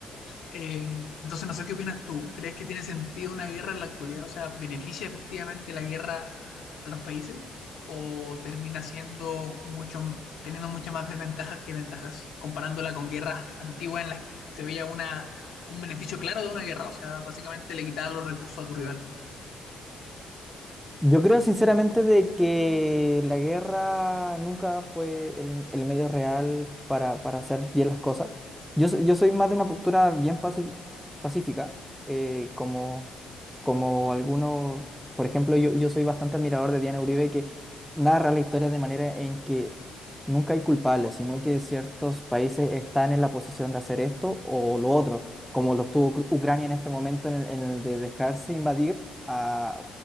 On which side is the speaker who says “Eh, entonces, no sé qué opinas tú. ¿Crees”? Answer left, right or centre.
Left